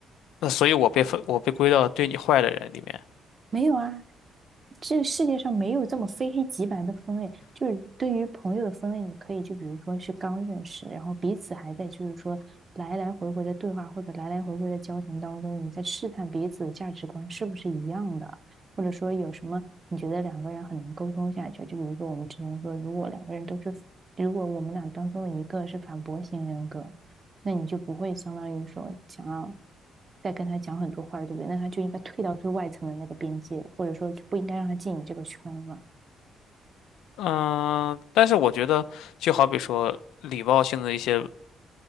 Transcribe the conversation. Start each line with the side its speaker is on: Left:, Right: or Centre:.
Left: 那所以我被分，我被归到对你坏的人里面。
Right: 没有啊，这世界上没有这么非黑即白的分类。就是对于朋友的分类，你可以就比如说是刚认识，然后彼此还在就是说来来回回的对话或者来来回回的交谈当中，你在试探彼此的价值观是不是一样的，或者说有什么你觉得两个人很能沟通下去。就比如说我们之前说，如果两个人都是，如果我们俩当中的一个是反驳型人格，那你就不会相当于说想要。在跟他讲很多话了，对不对？那他就应该退到最外层的那个边界，或者说不应该让他进你这个圈了。
Left: 嗯，但是我觉得，就好比说礼貌性的一些